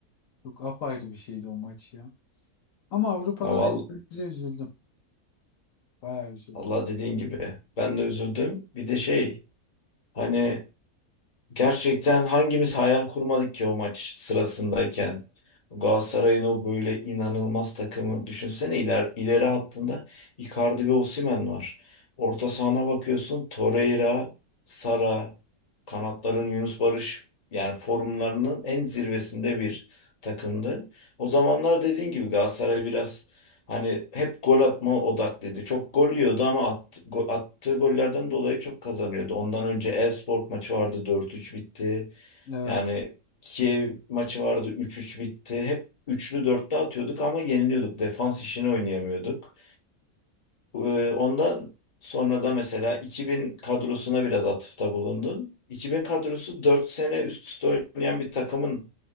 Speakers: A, on the left; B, on the left.
A: yok apayrı bir şeydi o maç ya. Ama Avrupa'dan
B: Ha, val-
A: elbette üzüldüm. Bayağı üzüldüm.
B: valla dediğin gibi. Ben de üzüldüm. Bir de şey hani Gerçekten hangimiz hayal kurmadık ki o maç sırasındayken? Galatasaray'ın o böyle inanılmaz takımı düşünsene iler, ileri hattında Icardi ve Osimhen var. Orta sahana bakıyorsun Torreira, Sara, kanatların Yunus Barış yani formlarının en zirvesinde bir takımdı. O zamanlar dediğin gibi Galatasaray biraz Hani hep gol atma odaklıydı. Çok gol yiyordu ama at- go- attığı gollerden dolayı çok kazanıyordu. Ondan önce Elfsborg maçı vardı dört üç bitti.
A: Evet.
B: Yani Kiev maçı vardı üç üç bitti. Hep üçlü dörtlü atıyorduk ama yeniliyorduk. Defans işini oynayamıyorduk. Ee, Ondan sonra da mesela 2000 kadrosuna biraz atıfta bulundun. 2000 kadrosu 4 sene üst üste oynayan bir takımın